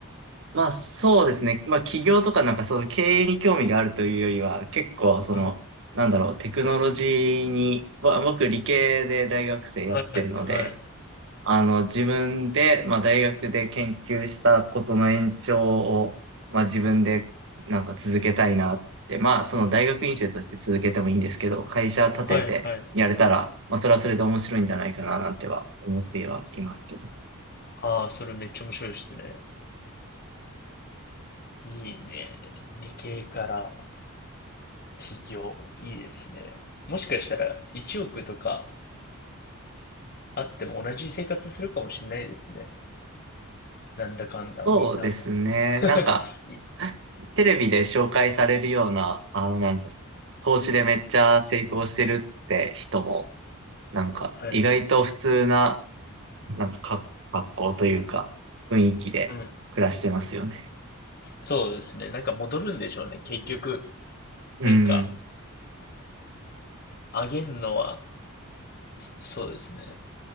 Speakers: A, on the right; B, on the left.
A: まあそうですね。まあ企業とかなんかそういう経営に興味があるというよりは、結構その、
B: はい。
A: なんだろう、テクノロジーに、ぼ僕理系で大学生やってるので、
B: はいはい。
A: あの自分で、まあ大学で研究したことの延長を、まあ自分でなんか続けたいなって、まあその大学院生として続けてもいいんですけど、会社立ててやれたら、
B: はいはい。
A: まあそれはそれで面白いんじゃないかななんては思ってはいますけど。
B: ああ、それめっちゃ面白いですね。いいね。理系から起業。いいですね。もしかしたら1億とかあっても同じ生活するかもしれないですね。なんだかんだ、
A: そうですね。
B: みんな。<laughs>
A: なんか、
B: い
A: <laughs> テレビで紹介されるような、あのなんか、投資でめっちゃ成功してるって人も、なんか、
B: はい。
A: 意外と普通な、なんかか、格好というか、雰囲気で暮らしてますよね。
B: うん。そうですね。なんか戻るんでしょうね。結局。
A: うん。
B: なんか、あげんのは、そうですね。